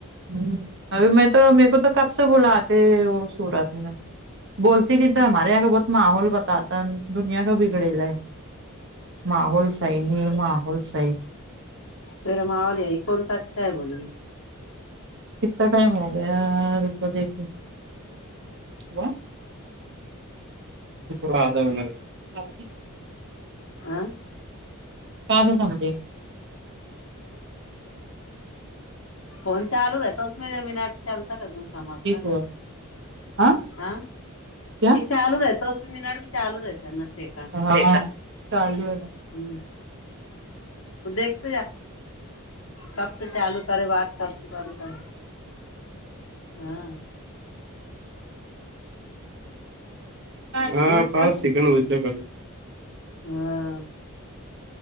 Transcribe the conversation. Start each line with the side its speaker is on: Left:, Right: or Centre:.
Right: ह्म अ म त मेक त कबसे बुलाते सूरत म बोलती ती तर हमारे य का बहत माहोल बताता दुनया का बिघडला आहे. माहोल सही नाही आहे माहोल स
Left: तरामावालीई कोणता आहे बोलण.
Right: किता टाइम होगया रो देख. ह. राधावन. अ
Left: हाँ
Right: का सम.
Left: फोन चाू रहतासमे एक मनट चलता र समजता
Right: किस हुआ
Left: ना
Right: हाँ
Left: हा.
Right: क्या
Left: ये चालू राहता असस मनट भी चाू राहता ना सेकंड
Right: हाँ चालू आहे.
Left: ह फर दे. ज कबसे चालू करे बाात कबसे बंद कर हा.
Right: हा
Left: मतलब
Right: पाच
Left: चल
Right: सकड बच.
Left: हाँ